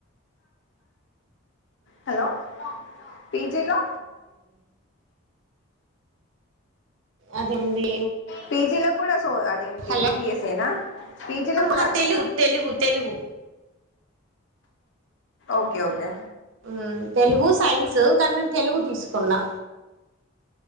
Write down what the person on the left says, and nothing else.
హలో పిజిలో
పీజీలో కూడా అస్ సో అదేంటి
ఈవిఎస్ఏనా పిజిలో కూడా
అదేనా
ఓకే ఓకే